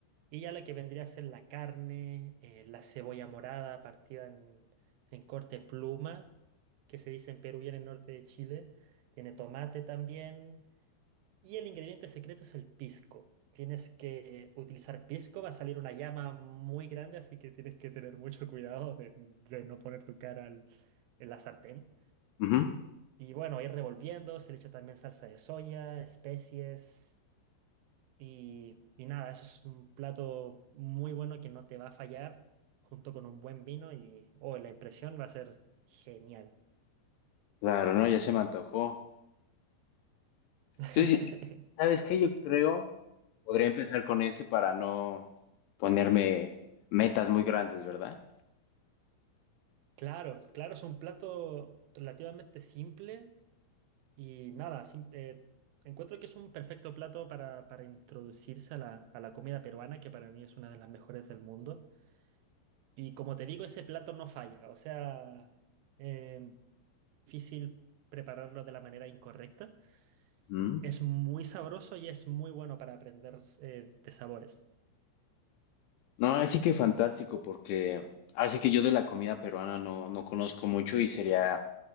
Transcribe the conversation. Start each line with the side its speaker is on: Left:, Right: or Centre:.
Right: y ya lo que vendría a ser la carne, eh, la cebolla morada partida en, en corte pluma, que se dice en Perú y en el norte de Chile. Tiene tomate también. Y el ingrediente secreto es el pisco. Tienes que utilizar pisco, va a salir una llama muy grande, así que tienes que tener mucho cuidado de, de no poner tu cara al- en la sartén.
Left: Ujú.
Right: Y bueno, ir revolviendo, se le echa también salsa de soya, especies y, y nada, eso es un plato muy bueno que no te va a fallar junto con un buen vino y oh, la impresión va a ser genial.
Left: Claro, no, ya se me antojó.
Right: <laughs>
Left: Entonces, ¿sabes qué? Yo creo, podría empezar con ese para no ponerme metas muy grandes, ¿verdad?
Right: Claro, claro, es un plato relativamente simple y nada, sim- eh, encuentro que es un perfecto plato para, para introducirse a la, a la comida peruana, que para mí es una de las mejores del mundo. Y como te digo, ese plato no falla, o sea... em, difícil prepararlo de la manera incorrecta.
Left: ¿Mm?
Right: Es muy sabroso y es muy bueno para aprender eh, de sabores.
Left: No, así que fantástico, porque así que yo de la comida peruana no, no conozco mucho y sería,